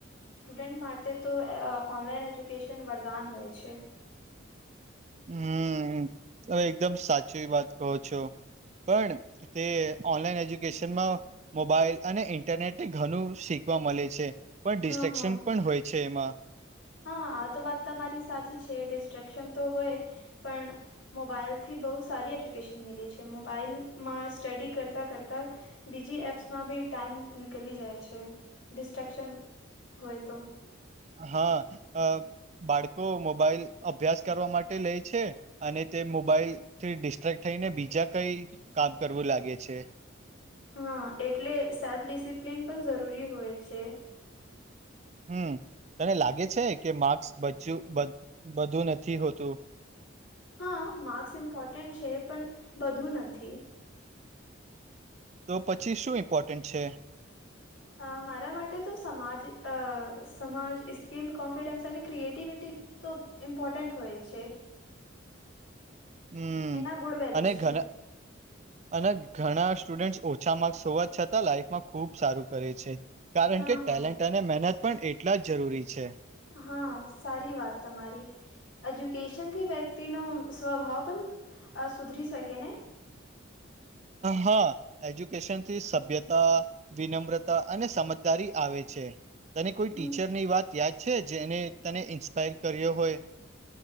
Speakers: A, on the left (about 80°); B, on the right (about 35°).
A: સ્ટુડન્ટ માટે તો અ ઓનલાઈન એજ્યુકેશન વરદાન હોય છે.
B: હમ તો એકદમ સાચી વાત કહો છો પણ તે ઓનલાઈન એજ્યુકેશનમાં મોબાઈલ અને ઇન્ટરનેટને ઘણું શીખવા મળે છે. પણ ડિસ્ક્શન
A: હા હા
B: પણ હોય છે એમાં
A: હા આ તો વાત તમારી સાચી છે ડિસ્ટ્રેક્શન તો હોય પણ મોબાઈલ થી બહુ સારી એજ્યુકેશન મિલી છે મોબાઈલમાં સ્ટડી કરતા કરતા બીજી એપ્સમાં બી ટાઈમ નીકળી જાય છે ડિસ્ટ્રેક્શન હોય તો
B: હા અ બાળકો મોબાઈલ અભ્યાસ કરવા માટે લે છે. અને તે મોબાઈલ થી ડિસ્ટ્રક્ટ થઈને બીજા કઈ કામ કરવું લાગે છે.
A: હા એટલે સેલ્ફ ડિસિપ્લિન પણ જરૂરી હોય છે.
B: હમ તને લાગે છે કે માર્ક્સ બચું બ બધું નથી હોતું.
A: હા માર્ક્સ ઇમ્પોર્ટન્ટ છે પણ બધું નથી
B: તો પછી શું ઇમ્પોર્ટન્ટ છે.
A: અ મારા માટે તો સમાજ અ સમાજ સ્કિલ કોન્ફિડન્સ અને ક્રિએટિવિટી તો ઇપોટેન્ટ હોય છે.
B: હમ
A: એના ગુડ વેલ્યુઝ
B: અને ઘણા.
A: છે
B: અને ઘણા સ્ટુડન્ટ ઓછા માર્ક્સ હોવા છતાં લાઈફમાં ખુબ સારું કરે છે કારણ
A: હા
B: કે ટેલેન્ટ
A: હા
B: અને મહેનત પણ એટલા જ જરૂરી છે.
A: હા સારી વાત તમારી એજ્યુકેશનથી વ્યક્તિ નુ સ્વભાવ પણ અ સુધરી શકે ને.
B: હા હ એજ્યુકેશનથી સભ્યતા વિનમ્રતા અને સમજદારી આવે છે. તને કોઈ ટીચર
A: હમ
B: ની વાત યાદ છે જેને તને ઇન્સ્પાયર કર્યો હોય